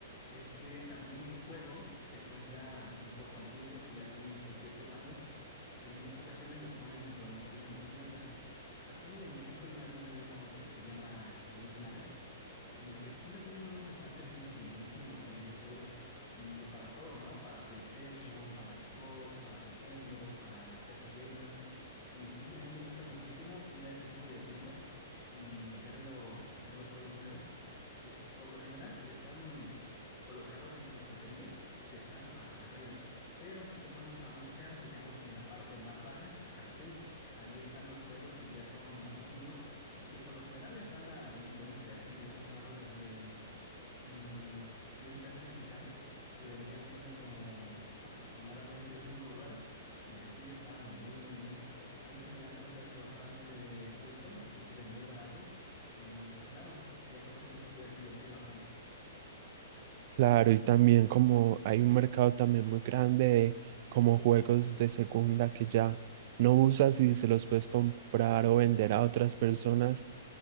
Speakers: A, on the left (about 20°); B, on the right (about 50°).
A: es que también en juegos que son ya un poco antiguos, que ya tienen sus ciertos años, en muchas ocasiones las ponen en promoción en las tiendas. Aquí en México hay una tienda muy famosa que se llama Game Planet, en el que siempre tienen unos estantes así llenísimos de videojuegos y para todo, ¿no? Para PlayStation, para Xbox, para Nintendo, para PCs Gamer. Y sí, a mí me gusta muchísimo ir a este tipo de tiendas y ver los, ver los juegos nuevos, que por lo general están colocados en las estanterías que están hasta arriba. Pero si tú te pones a buscar, digamos que en la parte más baja, ahí sí, ahí están los juegos que ya son más antiguos y que por lo general están a un buen precio. Yo he encontrado desde mm, 100 pesos mexicanos, que vendrían siendo como aproximadamente 5 dólares, y ahí sí está muy, muy bien. A mí se me hace un precio bastante justo, inclusive muy barato, y pues claro, ya con eso tú te puedes divertir bastante.
B: Claro, y también como hay un mercado también muy grande de como juegos de segunda que ya no usas y se los puedes comprar o vender a otras personas